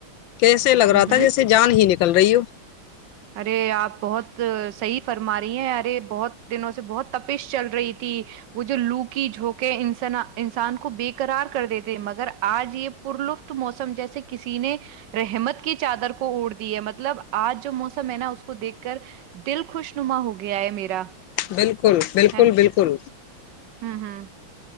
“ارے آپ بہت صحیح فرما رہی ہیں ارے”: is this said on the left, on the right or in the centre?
Right